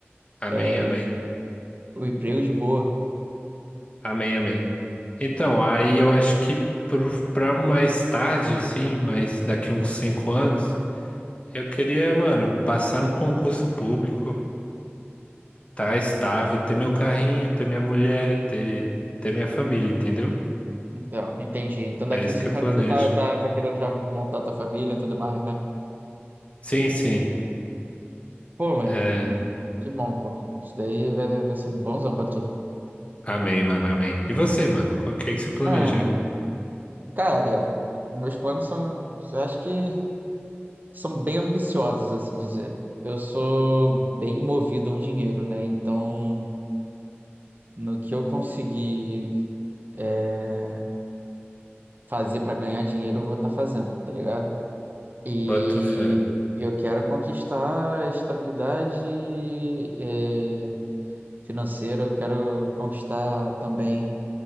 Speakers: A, on the left (about 30°); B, on the right (about 45°).
A: amém,
B: é,
A: amém,
B: o emprego de boa.
A: amém, amém. Então, aí eu acho que pro- pra mais tarde, assim, mas daqui uns cinco anos, eu queria, mano, passar no concurso público, tá estável, ter meu carrinho, ter minha mulher, ter, ter minha família, entendeu?
B: Então, entendi. Então, daqui
A: É isso
B: a cinco
A: que eu planejo.
B: anos tu tá, tá, tá querendo já montar tua família e tudo mais, né?
A: Sim, sim.
B: Pô, mano,
A: é.
B: que bom, pô. Isso daí vai, vai ser um bonzão pra tu.
A: Amém, mano, amém. E você, mano? Qual que é que você planeja
B: Mano,
A: aí?
B: cara, meus planos são, eu acho que são bem ambiciosos, assim dizer. Eu sou bem movido ao dinheiro, né? Então, no que eu conseguir é, fazer para ganhar dinheiro, eu vou estar fazendo, tá ligado? E
A: Bota fé.
B: eu quero conquistar estabilidade, eh, financeira, eu quero conquistar também,